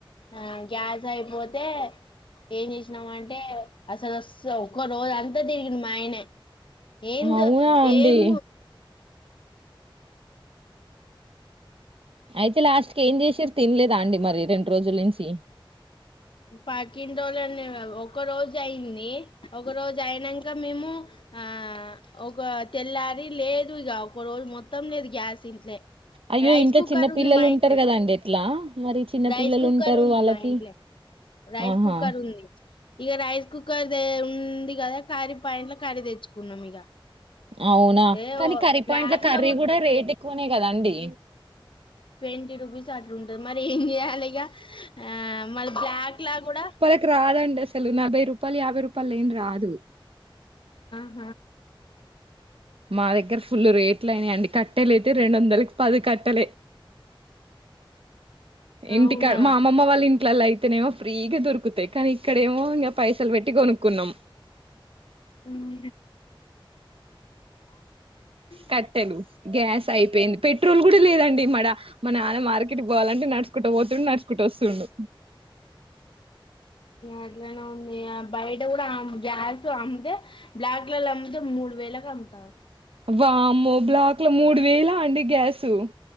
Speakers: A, on the left (about 65°); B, on the right (about 85°).
A: ఆ గ్యాస్ అయిపోతే ఏం చేసినాం అంటే అసలు స్ ఒక రోజు అంతా తిరిగింన్ మా ఆయనే ఏం దో
B: అవునా అండి
A: ఎం
B: అయితే లాస్ట్ కి ఏం చేసిర్రు తినలేదా అండి మరి రెండు రోజుల నుంచి
A: పక్కిటోళ్ళని ఒక రోజు అయింది ఒక రోజు అయినాక మేము ఆ ఒక తెల్లారి లేదు ఇగ ఒక రోజు మొత్తం లేదు గ్యాస్ ఇంట్లే
B: అయ్యో
A: రైస్
B: ఇంట్లో
A: కుక్కర్
B: చిన్న
A: ఉంది
B: పిల్లలు
A: మా
B: ఉంటారు
A: ఇంట్లే
B: కదండి ఎట్లా మరి చిన్న
A: రైస్
B: పిల్లలు
A: కుక్కర్
B: ఉంటారు
A: ఉంది
B: వాళ్ళకి
A: మా ఇంట్లే రైస్
B: ఆహా
A: కుక్కర్ ఉంది ఇగ రైస్ కుక్కర్ దే ఉంది కదా కరిీ పాంట్ల కరీ తెచ్చుకున్నాం ఇగ
B: అవునా
A: ఏ
B: కానీ కర్రీ
A: బ్లాక్
B: పాయింట్ల కర్రీ
A: లో
B: కూడా రేట్ ఎక్కువనే కదాండి
A: ట్వంటీ రూపీస్ అట్లుంటది మరి ఏం చెయాలి ఇగ ఆ మల్ బ్లాక్ లా కూడా
B: కి రాదండి అసలు నలభై రూపాయలు యాభై రూపాయలేం రాదు
A: ఆ
B: మా దగ్గర ఫుల్ రేట్లైనాయండి కట్టెలు అయితే రెండు వందలకి పది కట్టెలే ఇంటికా
A: అవునా
B: మా అమ్మమ్మ వాళ్ళ ఇం ట్లలైతేనేమో ఫ్రీగా దొరుకుతాయి కానీ ఇక్కడేమో ఇంగ పైసలు పెట్టి కొనుక్కున్నాం
A: మ్ హు
B: కట్టెలు గ్యాస్ అయిపోయింది పెట్రోల్ కూడా లేదండి మడ మ నాన్న మార్కెట్ పోవాలంటే నడుచుకుంట పోతుండు నడుచుకుంట వస్తుండు
A: అట్లానే ఉంది బయట కూడా గ్యాస్ అమ్మితే బ్లాక్ కలల్ల అమ్తే మూడు వేలు లకమ్ముతాళ్లు
B: వామ్మో బ్లాక్ ల మూడు వేలా అండి గ్యాసు